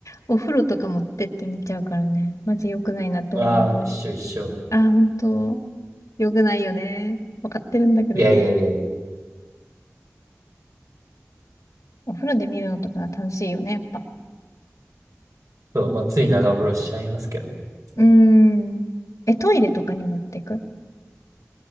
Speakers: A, on the left; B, on the right.
A: お風呂とか持ってって見ちゃうからね。マジ良くないなと思うのよね。
B: ああ、一緒一緒。
A: ああ、本当良くないよね。わかってるんだけどね。
B: いやいやいや。
A: お風呂で見るのとかが楽しいよね、やっぱ。
B: そう、まあつい長風呂しちゃいますけどね。そう
A: うーん。え、トイレとかに持ってく